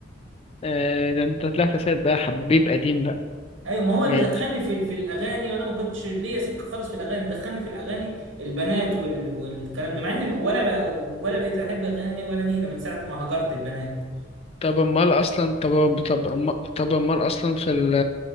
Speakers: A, on the left; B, on the right.
A: آه، ده انت طلعت سيد بقى حبيب قديم بقى
B: ايوه ما هو اللي
A: ماشي
B: دخلني في في الاغاني وانا ما كنتش ليا سكه خالص في الاغاني دخلني في الاغاني البنات وال... والكلام ده مع اني ولا ب... ولا بقيت احب اغاني ولا نيله من ساعه ما هجرت البنات
A: طب امال اصلا طب طب أما- طب امال اصلا في ال